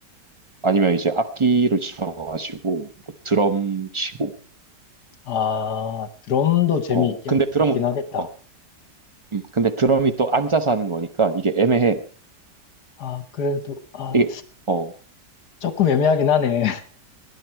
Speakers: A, on the right; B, on the left.
A: 아니면 이제 악기를 쳐가지고 뭐 드럼 치고.
B: 아, 드럼도 재미있긴
A: 어 근데 드럼은
B: 있긴 하겠다.
A: 어 음, 근데 드럼이 또 앉아서 하는 거니까 이게 애매해.
B: 아, 그래도, 아,
A: 이게 어,
B: 조금 애매하긴 하네. <laughs>